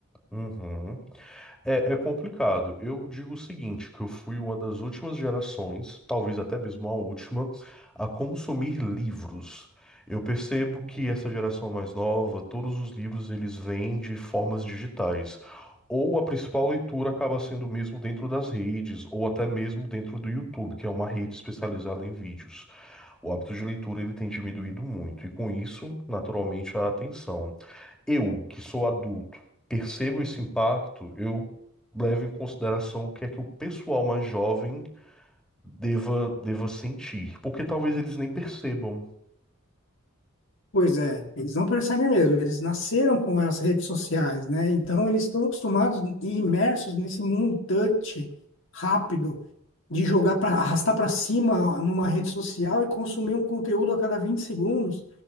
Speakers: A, in the centre; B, on the left.
A: uhum. É, é complicado. Eu digo o seguinte, que eu fui uma das últimas gerações, talvez até mesmo a última, a consumir livros. Eu percebo que essa geração mais nova, todos os livros eles vêm de formas digitais. Ou a principal leitura acaba sendo mesmo dentro das redes, ou até mesmo dentro do YouTube, que é uma rede especializada em vídeos. O hábito de leitura ele tem diminuído muito, e com isso, naturalmente, a atenção eu, que sou adulto, percebo esse impacto, eu levo em consideração o que é que o pessoal mais jovem deva, deva sentir, porque talvez eles nem percebam.
B: Pois é, eles não percebem mesmo, eles nasceram com as redes sociais, né? Então eles estão acostumados e imersos nesse mundo touch rápido de jogar para arrastar para cima numa rede social e consumir um conteúdo a cada 20 segundos.